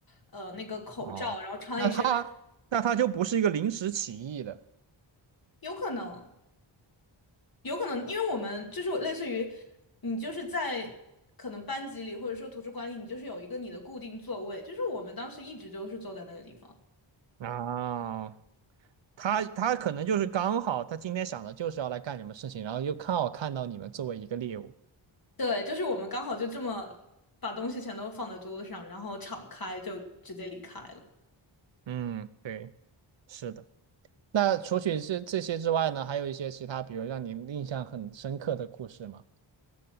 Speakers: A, on the left (about 45°); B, on the right (about 65°).
A: 呃那个口罩，
B: 哦，
A: 然后穿一身，
B: 那它那它就不是一个临时起意的。
A: <laughs> 有可能。有可能，因为我们就是类似于你就是在可能班级里或者说图书馆里，你就是有一个你的固定座位，就是我们当时一直就是坐在那个地方。
B: 啊，他他可能就是刚好，他今天想的就是要来干什么事情，然后又刚好看到你们作为一个猎物。
A: 对，就是我们刚好就这么把东西全都放在桌子上，然后敞开就直接离开了。
B: 嗯，对，是的。那除去这这些之外呢，还有一些其他，比如让你印象很深刻的故事吗？